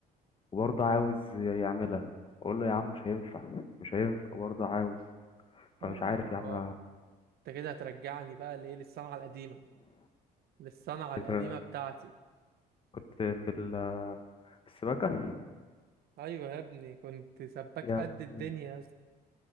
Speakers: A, on the left (about 30°); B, on the right (about 70°).
A: وبرضه عاوز يعملها اقول له يا عم مش هينفع مش هينفع برضه عاوز
B: اه
A: فمش عارف يا عم
B: انت كده هترجعني بقى لايه للصنعه القديمه للصنعه القديمه
A: انت
B: بتاعتي
A: كنت في ال- في السباكة
B: ايوه يا ابني كنت سباك
A: يا
B: قد الدنيا
A: ابني.
B: يا اسطى